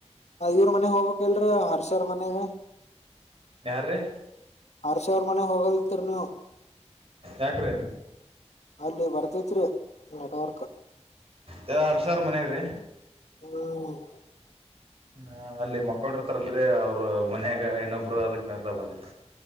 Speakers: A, on the left (about 70°); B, on the right (about 55°).
A: ಆ ಇವ್ರ್ ಮನೆಗ ಹೋಗ್ಬೇಕಕ್ಲ್ರೀ ಹರ್ಷರ್ ಮನೆಗ
B: ಯಾರ್ರೀ
A: ಹರ್ಷ ಅವರ್ ಮನೆ ಹೋಗೋದಿತ್ತರ್ ನೀವು
B: ಯಾಕ್ರಿ
A: ಅಲ್ಲಿ ಬರ್ತತ್ರಿ ನೆಟ್ವರ್ಕ್.
B: ಸರ್ ಹರ್ಷ ರ ಮನ್ಯಾಗ ರೀ
A: ಹ್ಮ್
B: ಹಾ ಅಲ್ಲಿ ಮಕ್ಕೊಂಡ್ರ ತರಲ್ರಿ ಅವರು ಮನ್ಯಾಗ ಇನ್ನೊಬ್ರು ಅದಕ್ ನಾವ ಇತಲಾಗ್ ಬಂದಿವ ರೀ